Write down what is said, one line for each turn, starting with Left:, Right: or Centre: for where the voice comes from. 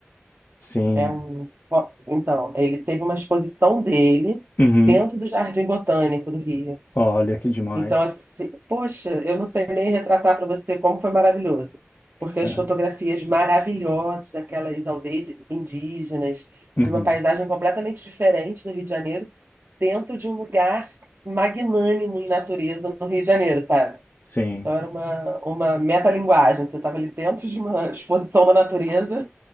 Left: sim.
Right: É um... fo- Então, ele teve uma exposição dele
Left: Uhum.
Right: dentro do Jardim Botânico do Rio.
Left: Olha que demais.
Right: Então, assim, poxa, eu não sei nem retratar para você como foi maravilhoso, porque
Left: É.
Right: as fotografias maravilhosas daquelas aldeias de- indígenas,
Left: Uhum,
Right: de uma paisagem completamente diferente do Rio de Janeiro, dentro de um lugar magnânimo em natureza no Rio de Janeiro, sabe?
Left: Sim.
Right: Então, era uma, uma metalinguagem, você estava ali dentro de uma exposição da natureza,